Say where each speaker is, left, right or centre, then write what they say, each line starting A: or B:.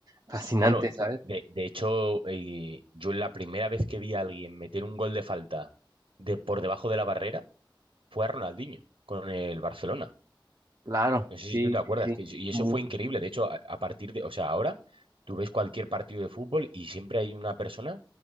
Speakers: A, on the right (about 45°); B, on the right (about 85°).
A: fascinante,
B: bueno, de,
A: ¿sabes?
B: de- de hecho, eh, yo la primera vez que vi a alguien meter un gol de falta de por debajo de la barrera fue a Ronaldinho con el Barcelona.
A: Claro,
B: No sé si
A: sí,
B: tú te acuerdas,
A: sí, sí.
B: que, y eso
A: Mu-
B: fue increíble. De hecho, a, a partir de, o sea, ahora tú ves cualquier partido de fútbol y siempre hay una persona